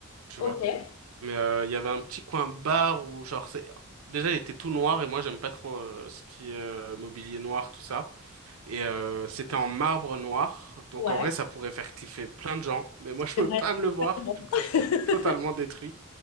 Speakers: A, on the right; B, on the left.
A: Tu
B: ok,
A: vois. Mais euh, il y avait un petit coin bar où, genre, c'est... Déjà, il était tout noir et moi, j'aime pas trop euh, ce qui est euh, mobilier noir, tout ça. Et euh, c'était en marbre noir. Donc,
B: ouais,
A: en vrai, ça pourrait faire cliffer plein de gens. Mais moi, <laughs> je pouvais
B: c'est vrai.
A: pas me le voir.
B: <laughs>
A: Du coup, je l'ai totalement détruit.